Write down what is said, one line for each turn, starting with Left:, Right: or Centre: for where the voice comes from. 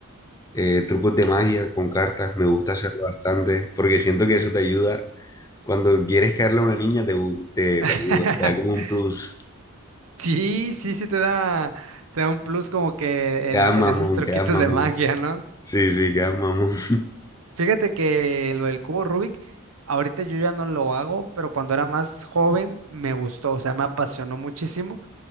Left: eh, trucos de magia con cartas. Me gusta hacerlo bastante porque siento que eso te ayuda. Cuando quieres caerle a una niña, te, bu- te,
Right: <laughs>
Left: te ayuda. Te da como un plus.
Right: Sí, sí, sí te da, te da un plus como que
Left: Quedas
Right: el, el-
Left: mamón,
Right: esos truquitos
Left: quedas mamón.
Right: de magia, ¿no?
Left: Sí, sí, quedas mamón. <laughs>
Right: Fíjate que lo del cubo Rubik, ahorita yo ya no lo hago, pero cuando era más joven me gustó, o sea, me apasionó muchísimo.